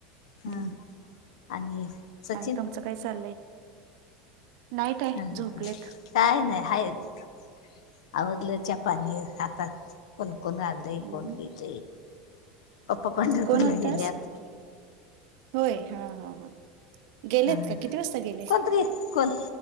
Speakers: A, on the left (about 70°); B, on the right (about 60°).
A: हा
B: हम्म.
A: आणि सचिन
B: आणि तुमचं काय चाललंय नाईट आहे
A: हा ह
B: झोपलेत
A: हा काय नाही हाच आवडलं च पाणी हातात फलकून
B: हम्म.
A: कोणगी पप्पा पंढरपूरला
B: कोण आलतास
A: गेल्यात
B: होय हा हा हा गेलेत
A: हा
B: का किती वाजता गेले
A: कोणतरी कोण